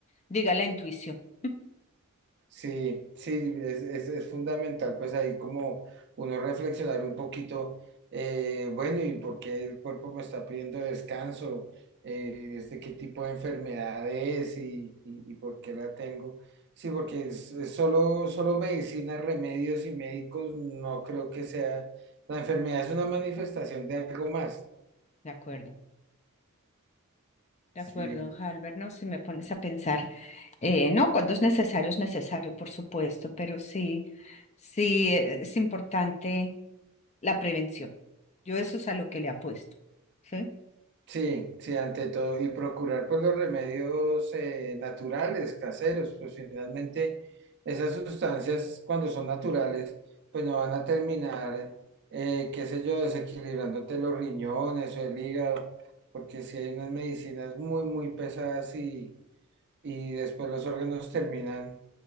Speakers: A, on the left; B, on the right.
A: diga la intuición. <laughs>
B: Sí, sí, es, es, es fundamental, pues ahí como uno reflexionar un poquito, eh, bueno, ¿y por qué el cuerpo me está pidiendo descanso? Eh, este, ¿qué tipo de enfermedad es y, y, y por qué la tengo? Sí, porque es, es solo, solo medicina, remedios y médicos, no creo que sea, la enfermedad es una manifestación de algo más.
A: De acuerdo, de
B: Sí,
A: acuerdo, Albert, no si me pones a pensar, eh, no, cuando es necesario es necesario, por supuesto, pero sí, sí eh, es importante la prevención. Yo eso es a lo que le apuesto, ¿sí?
B: Sí, sí, ante todo, y procurar pues los remedios eh, naturales, caseros, pues finalmente esas sustancias cuando son naturales, pues no van a terminar, eh, qué sé yo, desequilibrándote los riñones o el hígado, porque si hay unas medicinas muy, muy pesadas y, y después los órganos terminan